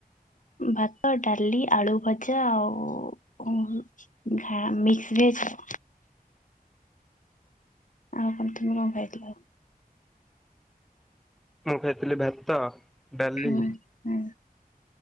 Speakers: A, on the left; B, in the centre.
A: ଭାତ, ଡାଲି, ଆଳୁ ଭଜା ଆଉ ମିକସ ଭେଜ। ଆଉ ପ୍ରଥମେ କଣ ଖାଇଥଲ?
B: ମୁଁ ଖାଇଥିଲି ଭାତ, ଡାଲି
A: ହୁଁ ହୁଁ